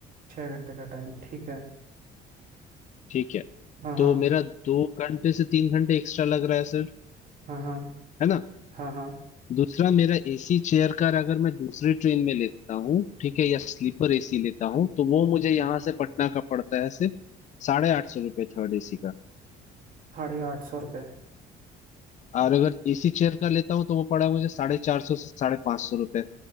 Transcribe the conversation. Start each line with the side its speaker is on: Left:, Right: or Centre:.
Right: छः घंटे का टाइम ठीक है
Left: ठीक है
Right: हाँ
Left: तो
Right: हाँ
Left: मेरा दो घंटे से तीन घंटे एक्स्ट्रा लग रहा है सर
Right: हाँ हाँ
Left: है ना
Right: हाँ हाँ
Left: दूसरा मेरा एसी चेयर का अगर मैं दूसरी ट्रेन में लेता हूँ ठीक है या स्लीपर एसी लेता हूँ तो वो मुझे यहाँ से पटना का पड़ता है सिर्फ साढ़े आठ सौ रुपये थर्ड एसी का
Right: साढ़े आठ सौ रुपये
Left: और अगर एसी चेयर का लेता हूँ तो वो पड़ा मुझे साढ़े चार सौ से साढ़े पाँच सौ रुपये